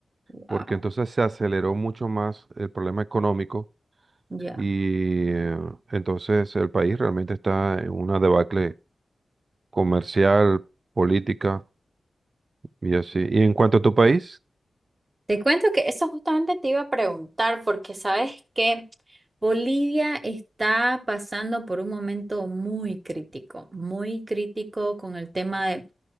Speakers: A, on the right (about 25°); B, on the right (about 45°).
A: wow,
B: porque entonces se aceleró mucho más el problema económico
A: ya.
B: y eh, entonces el país realmente está en una debacle comercial, política y así. ¿Y en cuanto a tu país?
A: Te cuento que eso justamente te iba a preguntar porque sabes que Bolivia está pasando por un momento muy crítico, muy crítico con el tema de